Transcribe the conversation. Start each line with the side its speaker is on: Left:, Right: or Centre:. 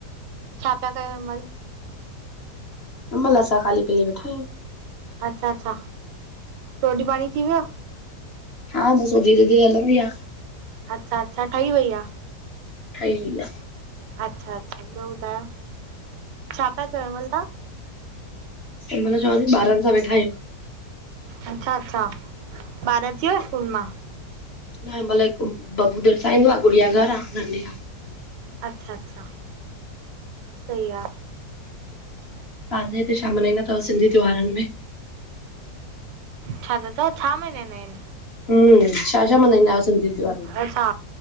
Right: छा पिया कयो हिमल?
Left: हिमल असां खाली पीली वेठायूं।
Right: अच्छा अच्छा, रोटी पांणी थी वियो?
Left: हा बस हो धिरे धिरे हलंदी आ।
Right: अच्छा अच्छा, ठही वई आ?
Left: ठही वई या।
Right: अच्छा अच्छा, ॿियो ॿुधायो छा पिया चयो हिमल तहां?
Left: हिनमल चवां ती ॿारनि सां वेठायूं।
Right: अच्छा अच्छा, ॿार अची यव स्कूल मां?
Left: न हिनमल हिकु बब्बू देरि सां ईंदो आ गुड़िया घर आ नंढी आ।
Right: अच्छा अच्छा सही आ।
Left: तहांजे हिते छा मन्हाईंदा तव सिंधी त्योहारन में?
Right: छा ता चओ छा मनाईंदा इनि?
Left: हम्म, छा छा मनाइंदा यो सिधीं त्योहारन में?
Right: अच्छा।